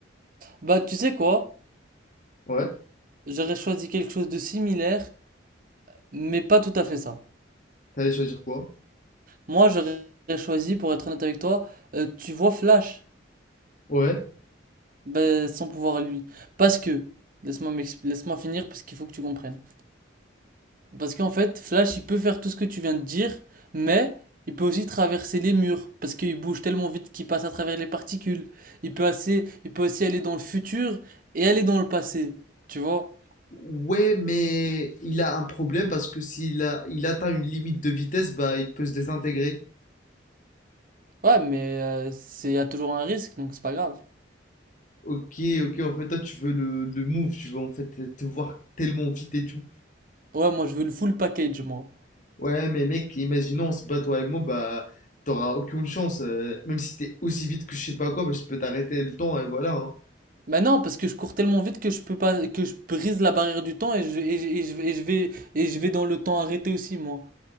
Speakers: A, on the right; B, on the left.
A: Bah tu sais quoi?
B: Ouais,
A: J'aurais choisi quelque chose de similaire, mais pas tout à fait ça.
B: t'allais choisir quoi?
A: Moi, j'aurais choisi, pour être honnête avec toi, euh, tu vois Flash,
B: Ouais.
A: ben, son pouvoir à lui. Parce que, laisse-moi m'exp- laisse-moi finir parce qu'il faut que tu comprennes. Parce qu'en fait, Flash, il peut faire tout ce que tu viens de dire, mais il peut aussi traverser les murs parce qu'il bouge tellement vite qu'il passe à travers les particules. Il peut assez, il peut aussi aller dans le futur et aller dans le passé, tu vois?
B: Ouais, mais il a un problème parce que s'il a, il atteint une limite de vitesse, bah il peut se désintégrer.
A: Ouais, mais euh, c'est, il y a toujours un risque, donc c'est pas grave.
B: Ok, ok, en fait, toi, tu veux le, le move, tu veux en fait te voir tellement vite et tout.
A: Ouais, moi, je veux le full package, moi.
B: Ouais, mais mec, imaginons, on se bat toi et moi, bah, t'auras aucune chance. euh, même si t'es aussi vite que je sais pas quoi, bah, je peux t'arrêter le temps et voilà. hein.
A: Bah non, parce que je cours tellement vite que je peux pas, que je brise la barrière du temps et je, et je, et je, et je vais, et je vais dans le temps arrêté aussi, moi.